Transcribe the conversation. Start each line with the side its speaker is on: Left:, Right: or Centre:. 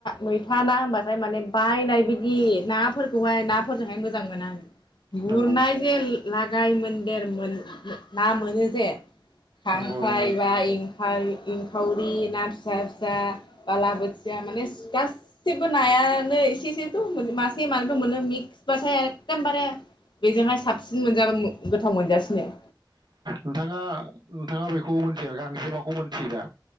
Left: मैथा ना होनबाथाय माने बायनाय बिदि नाफोरखौहाय नाफोरजोंहाय मोजां मोना। गुरनाय
Right: नंगौ
Left: जे लागाय मन्देर मोन ना मोनो जे खांख्राइ
Right: नंगौ नंगौ
Left: बा हाय गो खावरि ना फिसा फिसा। बाला बोथिया माने <unintelligible> थेबो नायानो एसे एसेथ' मासे मानैथ' मोनो मिक्सबाथाय एखदमबारे बेजोंहाय साबसिन मोनजाबा गोथाव मोनजासिनो ।
Right: नोंथाङा नोंथाङा बेखौ मोनथियो गांजेमाखौ मिथियो दा?